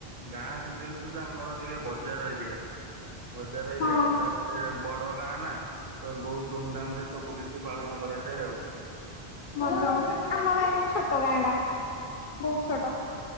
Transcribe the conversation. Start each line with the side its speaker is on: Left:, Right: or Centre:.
Right: ଗାଁ ହେଲେ ବି ସୁଦ୍ଧା ଆମର ଟିକେ ବଜାର ଅଞ୍ଚଳ। ବଜାର ଅଞ୍ଚଳ
Left: ହଁ।
Right: ତାପରେ ବଡ ଗାଁ ନା ତ ବହୁତ ଧୁମଧାମ ରେ ସବୁ କିଛି ପାଳନ କରାଯାଏ। ଆଉ
Left: <unintelligible> ଆମ ଗାଁ କିନ୍ତୁ ଛୋଟ ଗାଁ ଟା ବହୁତ ଛୋଟ।